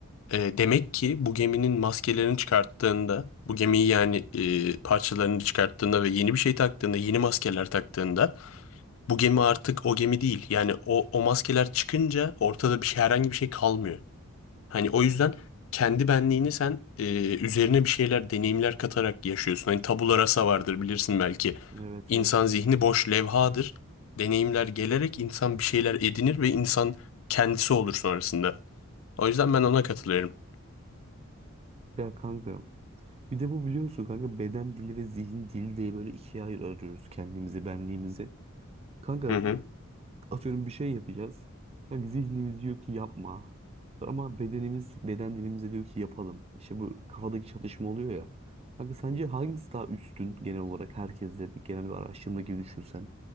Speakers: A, on the left; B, on the right.
A: E, demek ki bu geminin maskelerini çıkarttığında, bu gemiyi yani e, parçalarını çıkarttığında ve yeni bir şey taktığında, yeni maskeler taktığında bu gemi artık o gemi değil. Yani o, o maskeler çıkınca ortada bir şey, herhangi bir şey kalmıyor. Hani o yüzden kendi benliğini sen e, üzerine bir şeyler, deneyimler katarak yaşıyorsun. Hani tabula rasa vardır bilirsin belki.
B: Evet
A: İnsan
B: evet.
A: zihni boş levhadır. Deneyimler gelerek insan bir şeyler edinir ve insan kendisi olur sonrasında. O yüzden ben ona katılıyorum.
B: Ya kanka bir de bu biliyor musun kanka beden dili ve zihin dili diye böyle ikiye ayırıyoruz kendimizi, benliğimizi. Kanka
A: Hı hı.
B: atıyorum bir şey yapacağız. Kanka zihnimiz diyor ki yapma. Ama bedenimiz, beden dilimize diyor ki yapalım. İşte bu kafadaki çatışma oluyor ya. Kanka sence hangisi daha üstün genel olarak herkeste bir genel bir araştırma gibi düşünsen.